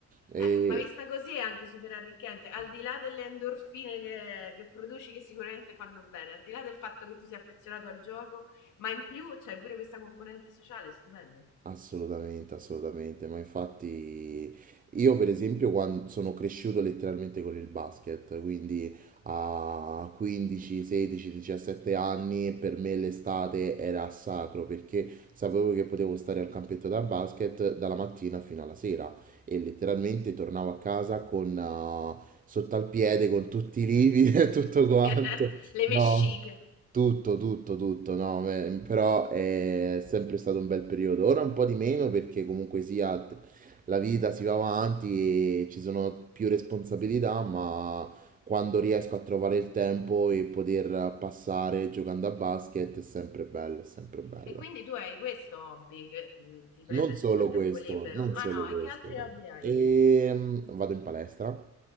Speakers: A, on the right (about 30°); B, on the left (about 80°).
A: E
B: Eh, ma vista così è anche super arricchente, al di là delle endorfine che, che produci che sicuramente fanno bene, al di là del fatto che tu sia affezionato al gioco, ma in più c'hai pure questa componente sociale, stupendo.
A: Assolutamente, assolutamente, ma infatti io per esempio quando sono cresciuto letteralmente con il basket, quindi a 15, 16, 17 anni per me l'estate era sacro perché sapevo che potevo stare al campetto da basket dalla mattina fino alla sera e letteralmente tornavo a casa con eh, sotto al piede con tutti i lividi <laughs> e tutto quanto.
B: <laughs> le vesciche.
A: No. Tutto, tutto, tutto, no, me- però è sempre stato un bel periodo. Ora un po' di meno perché comunque sia t- la vita si va avanti e ci sono più responsabilità, ma quando riesco a trovare il tempo e poter passare giocando a basket è sempre bello, è sempre bello.
B: E quindi tu hai questo hobby che mm, ti prende
A: Non
B: il-
A: solo
B: tutto il tempo
A: questo,
B: libero?
A: non
B: Ah
A: solo
B: no,
A: questo.
B: e che altri hobby hai?
A: E mm, vado in palestra.